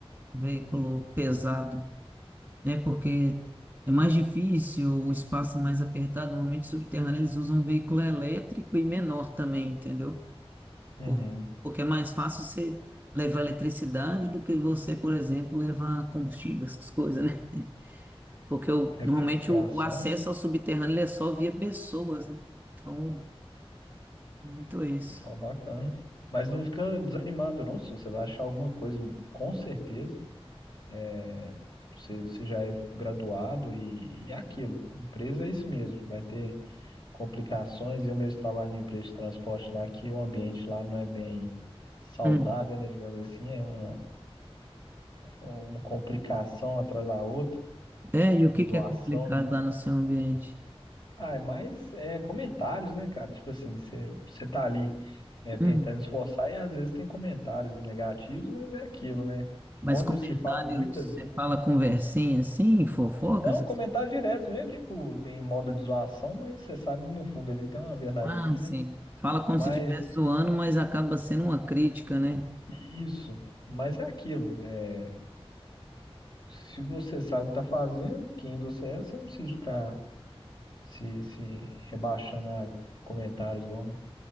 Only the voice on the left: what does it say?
uhum.
É
fe- Fiação,
né?
Ó, bacana. Mas não fica desanimado, não, se você vai achar alguma coisa, com certeza. É, Você, você já é graduado e, e é aquilo. Empresa é isso mesmo, vai ter complicações. Eu mesmo trabalho numa empresa de transporte lá, que o ambiente lá não é bem saudável,
né? Digamos assim, é uma, uma complicação atrás da outra,
Sim.
zoação
Ah, é mais é, comentários, né, cara? Tipo assim, você você tá ali é,
tentando esforçar e às vezes tem comentários negativos, mas é aquilo, né?
Quando
se fala muitas
vezes.
Não,
comentário direto mesmo, tipo, em modo de zoação, mas você sabe que no fundo ele tem uma verdadezinha,
né?
Mas
isso, mas é aquilo. É, se você sabe o que tá fazendo, quem você é, você não precisa ficar se, se rebaixando a comentários, não, né?